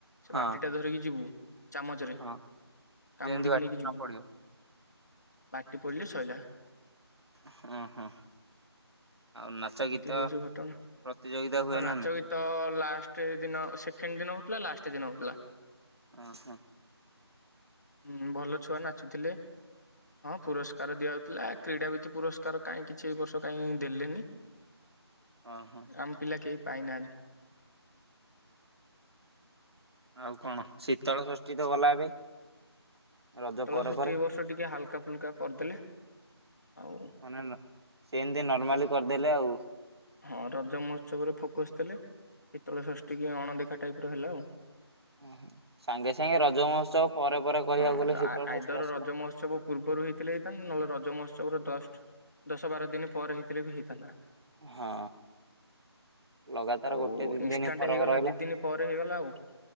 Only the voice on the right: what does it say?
ହଁ
ହଁ
ଯେମିତି ବାଟରେ
ନ ପଡିବ
ହଁ, ହଁ। ଆଉ ନାଚ
ଗୀତ
ପ୍ରତିଯୋଗିତା ହୁଏ
ନା ନାଇଁ
ହ ହ
ଓହୋ
ଆଉ
କଣ ଶୀତଳ ଷଷ୍ଠୀ ତ ଗଲା ଏବେ ରଜ
ପରେ ପରେ
ମାନେ ସେ ଏମିତି ନର୍ମାଲି କରିଦେଲେ ଆଉ
<inaudible> ସାଙ୍ଗେ ସାଙ୍ଗେ ରଜ ମହୋତ୍ସବ ପରେ ପରେ କହିବାକୁ
ଗଲେ ଶୀତଳ
ଷଷ୍ଠୀ ଆସିଲା।
ହଁ ଲଗାତାର
ଗୋଟେ ଦି
ଦିନ ଫରକ
ରହିଲା।